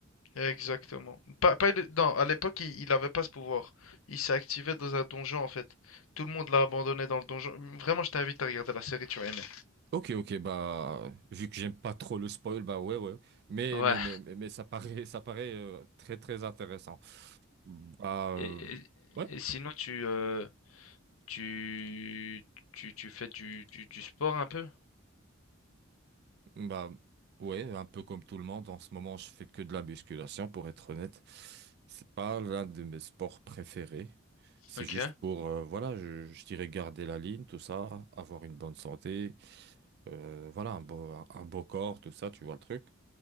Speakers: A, on the left (about 85°); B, on the right (about 50°).
A: Exactement. Pas, pas le- non, à l'époque, il, il avait pas ce pouvoir. Il s'est activé dans un donjon en fait. Tout le monde l'a abandonné dans le donjon. Vraiment, je t'invite à regarder la série, tu vas aimer.
B: Ok, ok, bah, vu que j'aime pas trop le spoil, bah ouais, ouais. Mais,
A: Ouais,
B: mais, mais, mais, mais ça paraît, ça paraît euh, très, très intéressant. Bah, euh,
A: Et, et-
B: ouais.
A: et sinon, tu, euh, tu, tu, tu fais du, du, du sport un peu?
B: Bah ouais, un peu comme tout le monde, en ce moment je fais que de la musculation pour être honnête. C'est pas l'un de mes sports préférés. C'est
A: Ok.
B: juste pour euh, voilà, je, je dirais garder la ligne, tout ça, avoir une bonne santé, euh, voilà, un beau, un beau corps, tout ça, tu vois le truc.